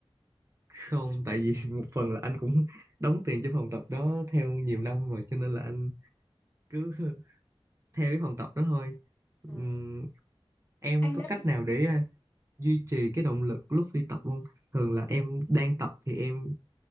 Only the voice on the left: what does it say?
À,
anh
đã
thử-